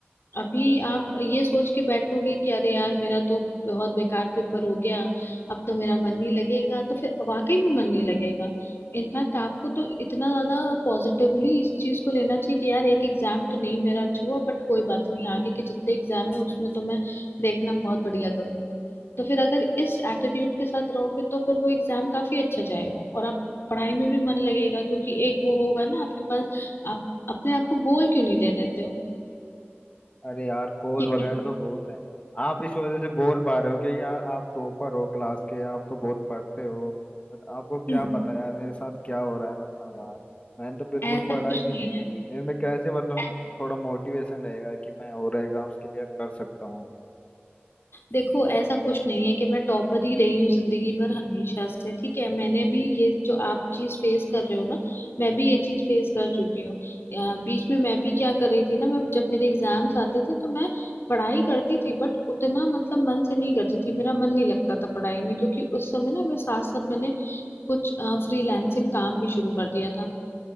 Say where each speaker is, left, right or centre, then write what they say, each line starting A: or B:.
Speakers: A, on the left; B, on the left.
A: अभी आप ये सोच के बैठोगे कि अरे यार मेरा तो बहुत बेकार पेपर हो गया अब तो मेरा मन नहीं लगेगा तो फिर वाकई में मन नहीं लगेगा इनफैक्ट आपको तो इतना ज्यादा पॉजिटिवली इस चीज को लेना चाहिए कि यार एक एग्जाम तो नहीं मेरा अच्छा हुआ बट कोई बात नहीं आगे के जितने एग्जाम है उसमें तो मैं देखना बहुत बढ़िया करूंगा तो फिर अगर इस एटीट्यूड के साथ रहोगे तो फिर वो एग्जाम काफी अच्छा जाएगा और आप पढ़ाई में भी मन लगेगा क्योंकि एक वो होगा ना आपके पास आप अपने आप को गोल क्यों नहीं दे देते हो
B: अरे यार कॉल
A: कि
B: वगैरह तो बहुत है आप इस वजह से बोल पा रहे हो कि यार आप टॉपर हो क्लास के आप तो बहुत पढ़ते हो बट आपको क्या
A: हम्म,
B: पता यार मेरे साथ क्या हो रहा है मतलब यार मैंने तो बिल्कुल
A: ऐसा
B: पढ़ाई
A: कुछ
B: भी नहीं
A: नहीं
B: की
A: है
B: मेरे में कैसे मतलब
A: ऐ-
B: थोड़ा मोटिवेशन रहेगा कि मैं और एग्जाम्स क्लियर कर सकता हूँ
A: देखो ऐसा कुछ नहीं है कि मैं टॉपर ही रही हूँ जिंदगी भर हमेशा से ठीक है मैंने भी ये जो आप चीज फेस कर रहे हो ना मैं भी ये चीज फेस कर चुकी हूँ या, बीच में मैं भी क्या कर रही थी ना मैं जब मेरे एग्जाम्स आते थे तो मैं पढ़ाई करती थी बट उतना मतलब मन से नहीं करती थी मेरा मन नहीं लगता था पढ़ाई में क्योंकि उस समय ना मैं साथ साथ मैंने कुछ फ्रीलांसिंग काम भी शुरू कर दिया था